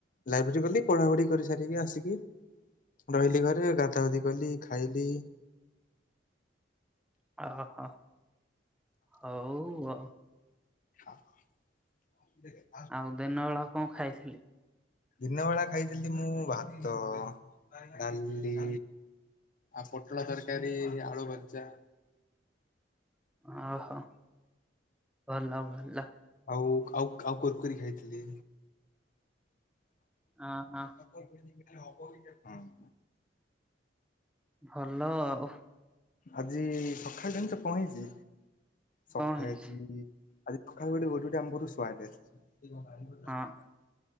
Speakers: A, on the left (about 45°); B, in the centre.
A: ଲାଇବ୍ରେରୀ ଗଲି, ପଢାପଢି କରି ସାରିକି ଆସିକି ରହିଲି ଘରେ ଗାଧ ଗାଧି କଲି ଖାଇଲି।
B: ଆହା ହଉ ଆଉ।
A: <inaudible> <inaudible>
B: ଆଉ ଦିନ ବେଳା କଣ ଖାଇଥିଲି
A: ଦିନ ବଳା ଖାଇଥିଲି ମୁଁ ଭାତ, ଡାଲି। ଆଉ ପୋଟଳ ତରକାରୀ, ଆଳୁ ଭଜା।
B: ଓହୋ ଭଲ ଭଲ।
A: ଆଉ ଆଉ ଆଉ କୁରକୁରି ଖାଇଥିଲି।
B: ଆଁ ହଁ।
A: <unintelligible>
B: ଭଲ ଆଉ।
A: ଆଜି ସକାଳେ ଜଣିଛ ହେଇଚି? ସକାଳେ
B: କଣ ହେଇଛି
A: ଆଜି ଆଜି ଖଡା ଗଟ <unintelligible> ଗଟୁଟି ଆମ ଘରକୁ ସ୍ୱାଦ ଆସିଛି।
B: ହଁ